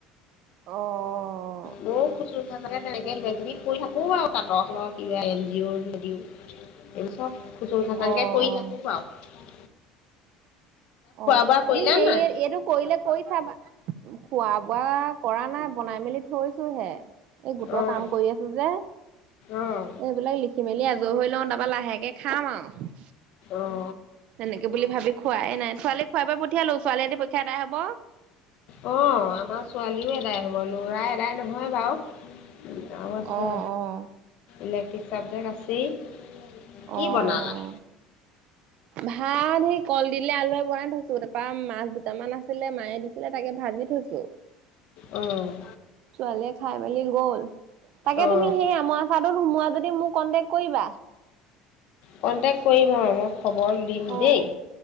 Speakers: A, on the right; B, on the left.
A: অ'।
B: বহুত খুছ <unintelligible> তেনেকে <unintelligible> থাকো আৰু পৰৰ কিবা এন জি অৰ <unintelligible> এই চব খুসুং খাসংকে
A: অ',
B: কৰি
A: অ',
B: থাকো আৰু
A: অ'
B: বোৱা
A: তুমি
B: কৰিলা
A: সেই
B: নাই
A: এইটো কৰিলে কৰি চাবা খোৱা বোৱা কৰা নাই বনাই মেলি থৈছো হে এই গোটৰ
B: অঁ
A: কাম কৰি আছো যে এইবিলাক
B: অঁ
A: লিখি মেলি আজৰি হৈ লওঁ তাৰপা লাহেকে খাম আৰু
B: অঁ
A: তেনেকে বুলি ভাবি খোৱাই নাই ছোৱালী খুৱাই বোৱাই পঠিয়ালো ছোৱালীয়ে আজি পৰীক্ষা আদাই হব।
B: অ আমাৰ ছোৱালীও এদাই হ'ব, লৰা এদাই নহয় বাৰু- আৰু আছে
A: অ', অ',
B: ইলেক্ট্ৰিক চাবজেক্ট আছেই কি
A: অ'।
B: বনালা
A: ভাত সেই কল দিলে আলুৱে বনাই থৈছো তাৰপা মাছ দুটামান আছিলে মায়ে দিছিলে তাকে ভাজি গুজো <unintelligible> <unintelligible>
B: অ'।
A: ছোৱালীয়ে খাই মেলি গ'ল তাকে
B: অঁ
A: তুমি সেই আমৰ সোমোৱা যদি মোক কণ্টেক্ট কৰিবা
B: কণ্টেক্ট কৰিম আৰু মই খবৰ দিম
A: অ',
B: দেই।